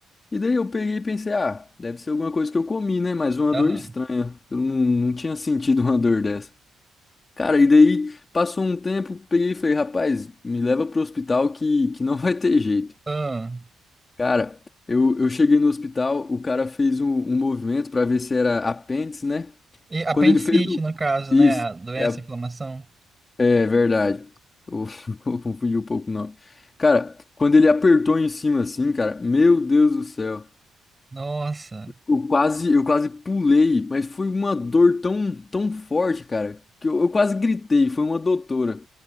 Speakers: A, on the left; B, on the right.
A: E daí eu peguei e pensei, ah, deve ser alguma coisa que eu comi, né? Mas uma
B: Aham.
A: dor estranha. Eu não, não tinha sentido uma dor dessa. Cara, e daí passou um tempo, peguei e falei, rapaz, me leva pro hospital que, que não vai ter jeito.
B: Ah.
A: Cara, eu, eu cheguei no hospital, o cara fez um, um movimento pra ver se era apêndice, né?
B: E apendicite,
A: Quando ele fez o.
B: no caso,
A: Isso,
B: né? A doença,
A: é,
B: a inflamação.
A: é verdade. Eu, <laughs> eu confundi um pouco o nome. Cara, quando ele apertou em cima assim, cara, meu Deus do céu.
B: Nossa.
A: Eu quase, eu quase pulei, mas foi uma dor tão, tão forte, cara, que eu, eu quase gritei. Foi uma doutora,